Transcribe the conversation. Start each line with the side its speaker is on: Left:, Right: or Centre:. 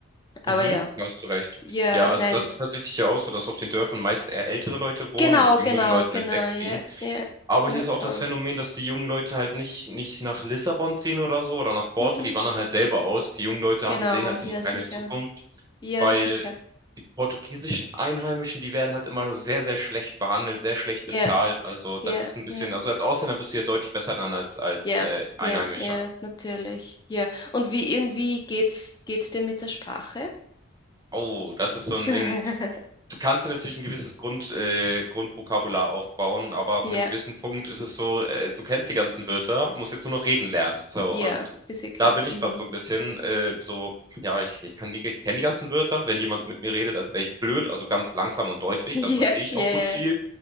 Left: Aber
Right: mhm,
Left: ja.
Right: da hast du recht.
Left: Ja,
Right: Ja, also
Left: nein,
Right: das ist
Left: das-
Right: tatsächlich ja auch so, dass auf den Dörfern meist eher ältere Leute wohnen
Left: genau,
Right: und die
Left: genau,
Right: jüngeren Leute
Left: genau,
Right: halt wegziehen.
Left: ja, ja,
Right: Aber
Left: na
Right: hier ist
Left: toll.
Right: auch das Phänomen, dass die jungen Leute halt nicht, nicht nach Lissabon ziehen oder so oder nach Borte,
Left: Mhm,
Right: die wandern halt selber aus. Die jungen Leute
Left: genau,
Right: haben, sehen halt
Left: ja,
Right: hier so keine
Left: sicher,
Right: Zukunft,
Left: ja,
Right: weil
Left: sicher,
Right: die portugiesischen Einheimischen, die werden halt immer sehr, sehr schlecht behandelt, sehr schlecht
Left: ja,
Right: bezahlt. Also das
Left: ja,
Right: ist ein bisschen,
Left: ja,
Right: also als Ausländer bist du ja deutlich besser dran als als
Left: ja,
Right: äh, Einheimischer.
Left: ja, ja, natürlich, ja. Und wie, und wie geht's, geht's dir mit der Sprache?
Right: Oh, das ist so ein
Left: <laughs>
Right: Ding. Du kannst dir natürlich ein gewisses Grund, äh, Grundvokabular aufbauen, aber ab
Left: Ja,
Right: einem gewissen Punkt ist es so, äh, du kennst die ganzen Wörter, musst jetzt nur noch reden lernen. So,
Left: ja,
Right: und
Left: ist ja klar.
Right: da bin ich
Left: Mhm.
Right: gerade so ein bisschen äh, so, ja, ich, ich kann die, ich kenne die ganzen Wörter. Wenn jemand mit mir redet, als wäre ich blöd, also ganz langsam und deutlich,
Left: <laughs>
Right: dann verstehe ich
Left: Ja,
Right: auch
Left: ja,
Right: gut
Left: ja,
Right: viel.
Left: ja.